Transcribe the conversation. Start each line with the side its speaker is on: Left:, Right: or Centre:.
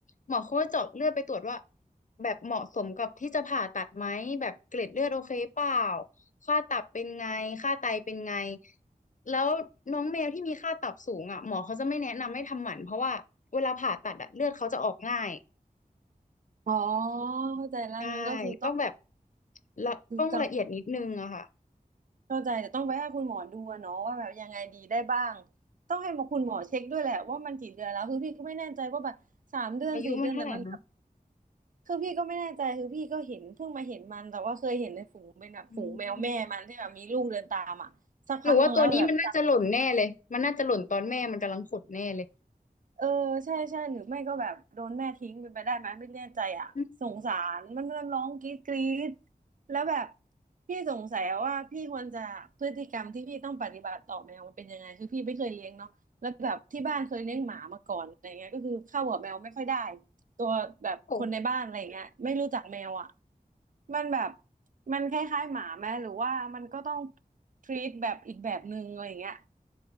Left: หมอเขาก็เจาะเลือดไปตรวจว่าแบบเหมาะสมกับที่จะผ่าตัดไหมแบบเกล็ดเลือดโอเคเปล่าค่าตับเป็นไงค่าไตเป็นไงแล้วน้องแมวที่มีค่าตับสูงอ่ะหมอเขาจะไม่แนะนำให้ทำหมันเพราะว่าเวลาผ่าตัดอะเลือดเขาจะออกง่าย
Right: อ๋อเข้าใจแล้วงั้นก็คือต้อง
Left: ใช่ต้องแบบละต้องละเอียดนิดนึงอะค่ะ
Right: จังเข้าใจแต่ต้องไปให้คุณหมอดูอะเนาะว่าแบบยังไงดีได้บ้างต้องให้คุณหมอเช็คด้วยแหละว่ามันกี่เดือนแล้วคือพี่ก็ไม่แน่ใจว่าแบบสามเดือนสี่เดือนแต่มันแบบ
Left: อายุมันเท่าไหร่นะ
Right: คือพี่ก็ไม่แน่ใจคือพี่ก็เห็นเพิ่งมาเห็นมันแต่ว่าเคยเห็นในฝูงเป็นแบบฝูงแมวแม่มันที่แบบมีลูกเดินตามอ่ะสักพักหนึงแล้วแต่แบบ
Left: อืม หนูว่าตัวนี้มันน่าจะหล่นแน่เลย มันน่าจะหล่นตอนแม่มันกำลังขดแน่เลย
Right: เออใช่ใช่หรือไม่ก็แบบโดนแม่ทิ้งเป็นไปได้ไหมไม่แน่ใจอ่ะสงสารมันมันร้องกรี๊ดกรี๊ด
Left: อืม
Right: แล้วแบบพี่สงสัยว่าพี่ควรจะพฤติกรรมที่พี่ต้องปฏิบัติต่อแมวมันเป็นยังไงคือพี่ไม่เคยเลี้ยงเนาะแล้วแบบที่บ้านเคยเลี้ยงหมามาก่อนอะไรเงี้ยก็คือเข้ากับแมวไม่ค่อยได้ตัวแบบคนในบ้านอะไรเงี้ยไม่รู้จักแมวอ่ะ
Left: โอ้
Right: มันแบบมันคล้ายๆหมาไหมหรือว่ามันก็ต้องทรีตแบบอีกแบบหนึงอะไรเงี้ย